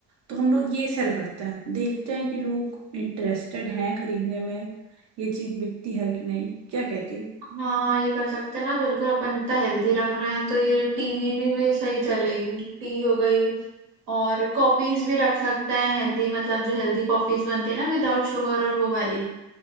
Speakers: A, on the right (about 50°); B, on the right (about 75°).
A: तो हम लोग ये सेल करते हैं देखते हैं कि लोग इंटरेस्टेड हैं खरीदने में ये चीज बिकती है कि नहीं क्या कहती है
B: हाँ हाँ ये कर सकते हैं ना बिल्कुल अपन इतना हेल्दी रख रहे हैं तो ये टीवी भी, भी सही चलेगी टी हो गई और कॉफीज भी रख सकते हैं हेल्दी मतलब जो हेल्दी कॉफीज बनती है ना विदाउट शुगर और वो वाली